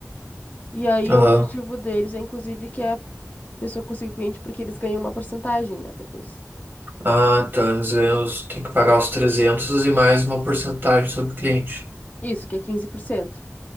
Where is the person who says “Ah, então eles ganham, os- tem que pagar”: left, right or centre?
Right